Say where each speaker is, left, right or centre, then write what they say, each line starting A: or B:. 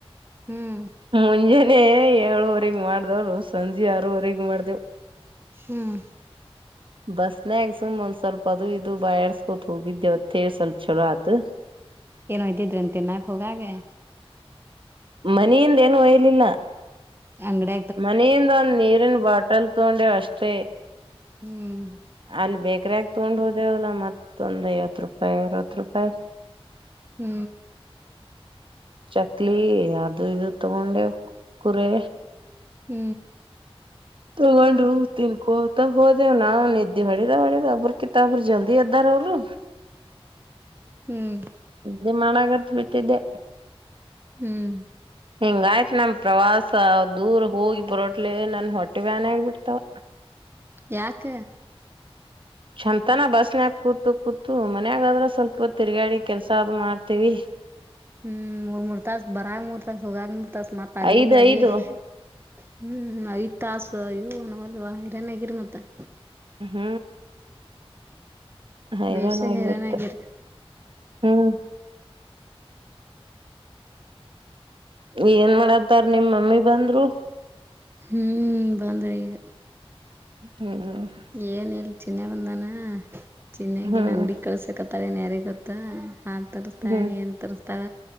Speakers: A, on the right; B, on the right.
A: ಹ್ಮ್
B: ಮುಂಜಾನೆ ಏಳುವರೆಗ್ ಮಾಡ್ದವರು ಸಂಜೆ ಆರವರೆಗ ಮಾಡ್ದೇವು್.
A: ಹ್ಮ್.
B: ಬಸ್ನ ಆಗಸುಮ್ ಒಂದ್ ಸ್ವಲ್ಪ ಅದು ಇದು ಬಯರ್ಸ್ಕೊ ಹೋಗಿದ್ದೇವತ್ತೇಳ ಸ್ವಲ್ಪ ಚಛಲೋ ಆತ
A: ಏನೋ ಇದ್ದಿದ್ರೆ ಅಂತೆ ನಾಕ ಹೋಗಾಗ
B: ಮನೆಯಿಂದ ಏನು ಒಯ್ಲಿಲ್ಲ
A: ಅಂಗಡ
B: ಮನೆಯಿಂದ ಒಂದ್ ನೀರಿನ ಬಾಟಲ್ ತಗೊಂಡೆ ಅಷ್ಟೇ
A: ಹ್ಮ್
B: ಅಲ್ಲಿ ಬೇಕ್ರಕ ತಗೊಂಡ್ ಹೋದೆೇವಲ್ಲ ಮತ್ತೊಂದ್ ಐವತ್ತು ರೂಪಾಯಿ ಅರವತ್ ರೂಪಾಯಿ
A: ಹ್ಮ್
B: ಚಕ್ಲಿ ಅದು ಇದು ತಗೊಂಡೆ ಕುರೆ
A: ಹ್ಮ್
B: ತಗೊಂಡು ತಿನ್ಕೋತಾ ಹೋದೆವ್ ನಾವ್ ನಿದ್ದ್ದೆ ಹೊಡದ ಹೊಡ್ಯದ ಬರ್ ಜಲ್ದಿ ಎದ್ದರು ಅವ್ರು
A: ಹ್ಮ್
B: ನಿಮ್ ಅನೆಗತು ಬಿಟ್ಟಿದ್ದೆ
A: ಹ್ಮ್.
B: ಹಿಂಗಯ್ತ್ ನಮ್ ಪ್ರವಾಸ ದೂರ ಹೋಗಿ ಬರೋಟ್ಲಿ ನನ್ ಹೊಟ್ಟಿ ವ್ಯಾನ ಆಗಬ ಬಿಡ್ತಾವ.
A: ಯಾಕ.
B: ಚಂದನ ಬಸ್ನ್ಯಾಗ ಕೂತು ಕೂತು ಮನ್ಯಾಗಾದ್ರ ಸ್ವಲ್ಪ ತಿರ್ಗಾಡಿ ಕೆಲ್ಸ ಅ್ ಮಾಡ್ತವಿ.
A: ಹ್ಮ್ ಮೂರ್ ಮೂರ್ ತಾಸ ಬರಾಗ ಮೂರ್ ತಾಸ ಹೋಗಾಗ ಮೂರ್ ತಾಸ ಮತ್ತತ್ ಅಲ್ಲಿಂದ
B: ಐದ್
A: ಅಲ್ಲಿಗೆ
B: ಐದು
A: ಹ್ಮ್ ಐತ್ ತಾಸು ಇವು ನ್ಲ್ವಾ ಹಿರ್ಯನ್ ಆಗಿರ್ ಮತ್ತ
B: ಹ್ಮ್ ಹೈರಾಣ
A: ಬೇಡ್ಸ
B: ಆಗ್ಬಿಡ್ತ
A: ಹೇರನ್ಗರ
B: ಹ್ಮ್ ಏನ್ ಮಾಡತ್ತಾರ ನಿಮ್ಮ್ ಮಮ್ಮಿ ಬಂದ್ರು
A: ಹ್ಮ್ ಬಂದ್ರಿ ಈಗ
B: ಹ್ಮ್
A: ಏನ್ ಇಲ್ ಚಿನ್ನನೆ ಬಂದಾನ ಚಿನ್ನನೆಾಗನ್
B: ಹ್ಮ್
A: ಅಂಗಡಿ ಕಳ್ಸ ಸಿಕತಾಳೆನ್ ಯಾರಿ ಗೊತ್ತಾ ನಾನ್ ತರಿಸಸ್ತಾಳೆ
B: ಹ್ಮ್
A: ನೀ ಏನ್ ತರಿಸಸ್ತಾಳ